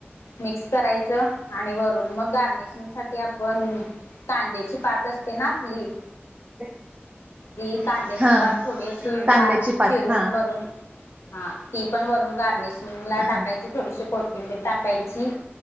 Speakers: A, on the left (about 85°); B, on the right (about 30°).
A: मिक्स करायचं आणि वरून मग गार्निशिंग साठी आपण कांद्याची पात असते ना आपली
B: <inaudible>
A: ती कांद्याची
B: हा
A: पात थोडी अशी
B: कांद्याची
A: बारीक
B: पात
A: चिरून
B: हा
A: वरून हा ती पण वरून गार्निशिंग ला टाकायची,
B: हा
A: थोडीशी कोथिंबीर टाकायची.